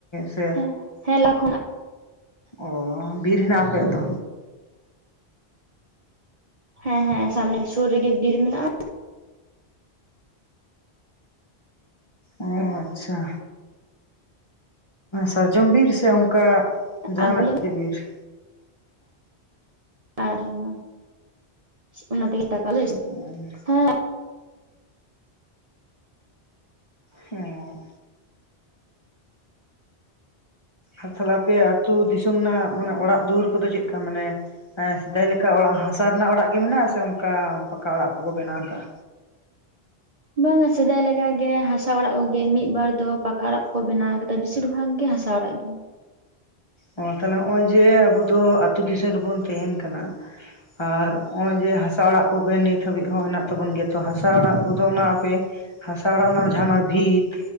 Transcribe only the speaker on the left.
ᱥᱮ
ᱚ ᱵᱤᱨ ᱦᱮᱱᱟᱜᱼᱟ ᱟᱯᱮᱭᱟᱜ ᱫᱚ?
ᱚ ᱟᱪᱪᱷᱟ᱾ ᱥᱟᱨᱡᱚᱢ ᱵᱤᱨ ᱥᱮ ᱚᱱᱠᱟ ᱡᱟᱦᱟᱸᱱᱟᱜ
ᱪᱮᱫ ᱵᱤᱨ?
ᱚ ᱦᱮᱸ ᱟᱨ ᱛᱟᱦᱚᱞᱮ ᱟᱯᱮᱭᱟᱜ ᱟᱹᱛᱩ ᱫᱤᱥᱚᱢ ᱨᱮᱱᱟᱜ ᱢᱟᱱᱮ ᱚᱲᱟᱜ ᱫᱩᱣᱟᱹᱨ ᱠᱚᱫᱚ ᱪᱮᱫᱞᱮᱠᱟ ᱢᱟᱱᱮ ᱥᱮᱫᱟᱭ ᱞᱮᱠᱟ ᱚᱲᱟᱜ ᱦᱟᱥᱟ ᱨᱮᱱᱟᱜ ᱚᱲᱟᱜ ᱜᱮ ᱢᱮᱱᱟᱜ-ᱟ ᱥᱮ ᱚᱱᱠᱟ ᱯᱟᱠᱟ ᱚᱲᱟᱜ ᱠᱚᱠᱚ ᱵᱮᱱᱟᱣ ᱠᱟᱜ-ᱟ᱾
ᱚ ᱛᱟᱦᱞᱮ ᱱᱚᱜ-ᱚᱭ ᱡᱮ ᱟᱵᱚ ᱫᱚ ᱟᱹᱛᱩ ᱫᱤᱥᱚᱢ ᱨᱮᱵᱚᱱ ᱛᱟᱸᱦᱱ ᱠᱟᱱᱟ, ᱟᱨ ᱱᱚᱜ-ᱚᱭ ᱡᱮ ᱦᱟᱥᱟ ᱚᱲᱟᱜ ᱠᱚᱜᱮ ᱱᱤᱛ ᱦᱟᱹᱵᱤᱡ ᱦᱚᱸ ᱦᱮᱱᱟᱜ ᱛᱟᱵᱚᱱ ᱜᱮᱭᱟ ᱛᱚ ᱦᱟᱥᱟ ᱚᱲᱟᱜ ᱠᱚᱫᱚ ᱚᱱᱟ ᱟᱯᱮ ᱦᱟᱥᱟ ᱚᱲᱟᱜ ᱨᱮᱱᱟᱜ ᱡᱟᱦᱱᱟᱜ ᱵᱷᱤᱛ